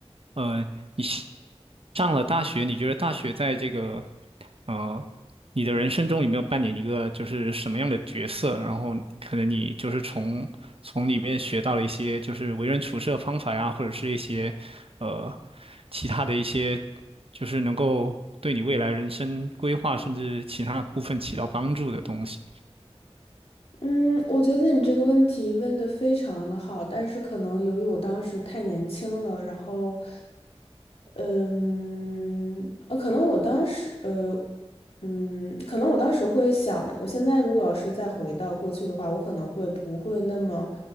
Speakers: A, on the right (about 60°); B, on the left (about 65°).
A: 呃，你西上了大学，你觉得大学在这个，呃，你的人生中有没有扮演一个就是什么样的角色？然后可能你就是从从里面学到了一些就是为人处事的方法呀，或者是一些，呃，其他的一些，就是能够对你未来人生规划甚至其他部分起到帮助的东西。
B: 嗯，我觉得你这个问题问的非常的好，但是可能由于我当时太年轻了，然后，嗯，呃，可能我当时，呃，嗯，可能我当时会想的，我现在如果要是再回到过去的话，我可能会不会那么，